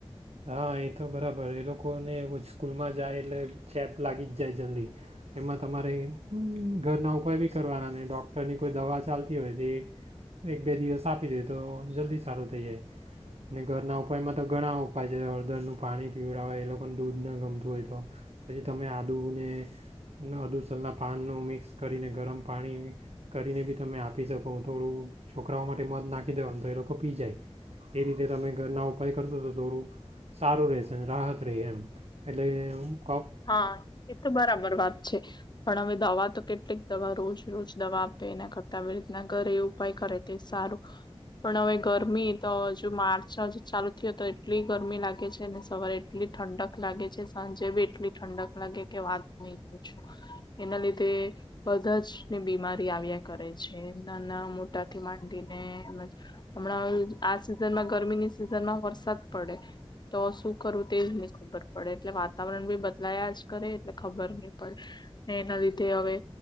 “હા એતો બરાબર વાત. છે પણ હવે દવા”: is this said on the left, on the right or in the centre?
Left